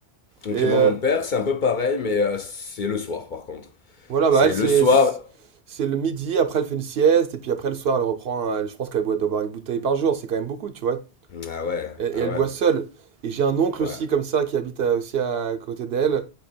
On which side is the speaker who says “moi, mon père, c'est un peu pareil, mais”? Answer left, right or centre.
Left